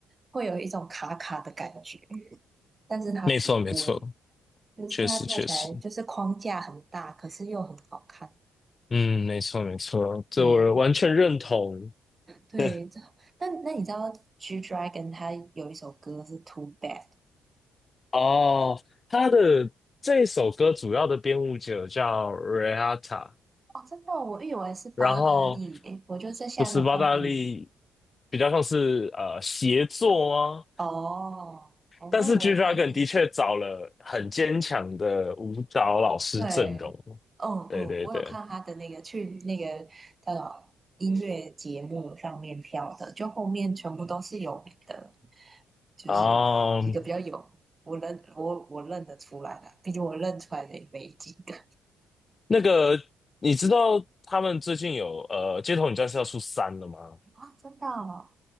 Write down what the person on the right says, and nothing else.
会有一种卡卡的感觉，但是他不会，
就是他跳起来就是框架很大，
可是又很好看。
对对，
这那那你知道 G Dragon 他有一首歌是 Too Bad
哦，真的哦，我以为是八达利，
诶，我就在下面有看到你
哦，我以为他是。
对，嗯嗯，
我有看他的那个去那个呃音乐节目上面跳的，就后面全部都是有名的，就是几个比较有我认我我认得出来的，
毕竟我认出来的也没几个
<laughs> 啊，真的哦，